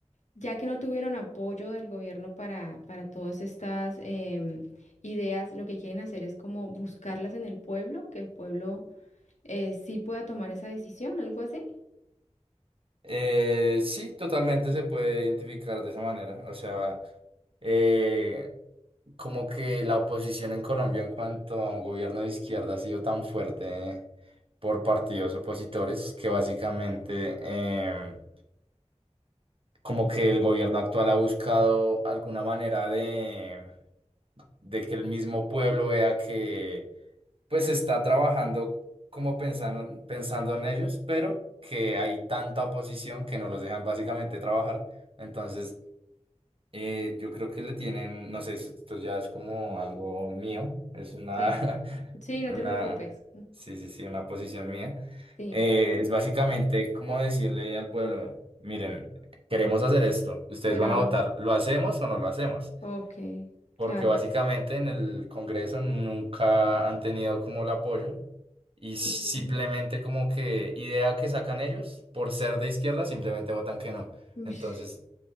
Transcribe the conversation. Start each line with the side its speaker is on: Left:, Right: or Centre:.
Left: ya que no tuvieron apoyo del gobierno para, para todas estas em, ideas, lo que quieren hacer es como buscarlas en el pueblo, que el pueblo eh, sí pueda tomar esa decisión, algo así.
Right: Eh, sí, totalmente se puede identificar de esa manera. O sea, eh, como que la oposición en Colombia en cuanto a un gobierno de izquierda ha sido tan fuerte por partidos opositores que básicamente em, como que el gobierno actual ha buscado alguna manera de, de que el mismo pueblo vea que pues está trabajando como pensando, pensando en ellos, pero que hay tanta oposición que no los dejan básicamente trabajar. Entonces eh, yo creo que le tienen, no sé si esto ya es como algo mío, es una,
Left: Sí,
Right: <laughs>
Left: sí, no
Right: una,
Left: te preocupes.
Right: sí, sí, sí, una posición mía.
Left: Sí,
Right: Eh, es básicamente como decirle al pueblo, miren, queremos hacer esto, ustedes
Left: pero,
Right: van a
Left: no-
Right: votar, ¿lo hacemos o no lo hacemos?
Left: ok,
Right: Porque
Left: claro.
Right: básicamente en el Congreso nunca han tenido como el apoyo y simplemente
Left: Ujú.
Right: como que idea que sacan ellos, por ser de izquierda, simplemente votan que no.
Left: Ush,
Right: Entonces...